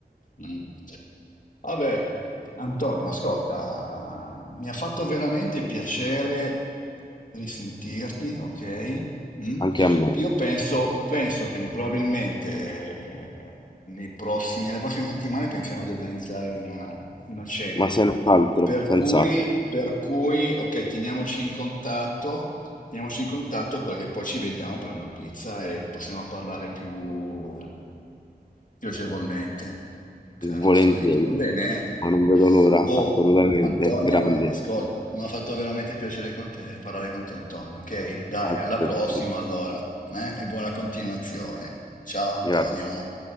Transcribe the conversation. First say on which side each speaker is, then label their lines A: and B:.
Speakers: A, on the left; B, on the left.
A: Mm. Vabbè, Antonio, ascolta, mi ha fatto veramente piacere risentirti, ok? Mm?
B: anche a me,
A: Io penso, penso che ne- probabilmente eh, nei prossimi- nelle prossime settimane pensiamo di organizzare una, una cena.
B: ma senz'altro,
A: Per
B: senz'altro,
A: cui, per cui, ok, teniamoci in contatto, teniamoci in contatto perché poi ci vediamo per una pizza e possiamo parlare più piacevolmente della
B: volentieri,
A: nostra vita, va bene?
B: ma non vedo l'ora,
A: Oh,
B: assolutamente,
A: Antonio,
B: grande,
A: ascolta, mi ha fatto veramente piacere con te, parlare con te, Antonio, ok? Dai,
B: altrettanto.
A: alla prossima allora, eh? E buona continuazione. Ciao Antonio.
B: Gra-